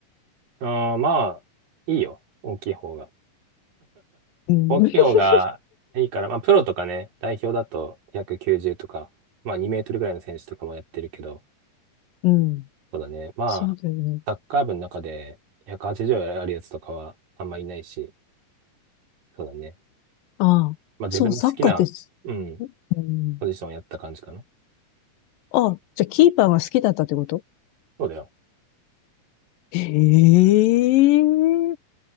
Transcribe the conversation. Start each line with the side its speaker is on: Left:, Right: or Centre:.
Right: あー、まあ、いいよ。大きい方が。
Left: うん。
Right: 大きい方がいいから、
Left: <laughs>
Right: まあ、プロとかね、代表だと190とか、まあ、2メートルぐらいの選手とかもやってるけど、
Left: うん。
Right: そうだね。まあ、
Left: そうだよね。
Right: サッカー部の中で180あるやつとかはあんまいないし、そうだね。
Left: ああ、
Right: まあ、自分の好きな、
Left: そう、サッカーです。
Right: うん、
Left: うん。
Right: ポジションをやった感じかな。
Left: ああ、じゃあキーパーが好きだったってこと
Right: そうだよ。
Left: ええ